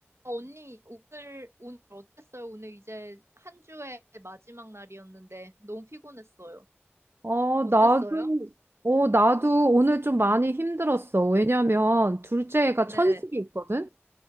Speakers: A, on the right; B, on the right.
A: 어, 언니, 오늘, 오늘 어땠어요? 오늘 이제 한 주의 마지막 날이었는데 너무 피곤했어요.
B: 어,
A: 어땠어요?
B: 나도, 어, 나도 오늘 좀 많이 힘들었어. 왜냐면 둘째 애가
A: 네,
B: 천식이 있거든?